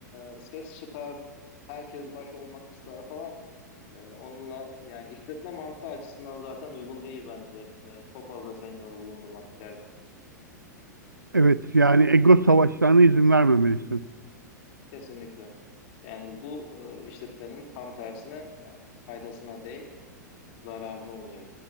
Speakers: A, on the left; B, on the right.
A: e, ses çıkar, herkes baş olmak ister falan. E, onunla yani işletme mantığı açısından zaten uygun değil bence. E, çok fazla senior bulundurmak içeride.
B: Evet, yani ego savaşlarına izin vermemelisin.
A: Kesinlikle. Yani bu e, işletmenin tam tersine e, faydasına değil, zararına olacak.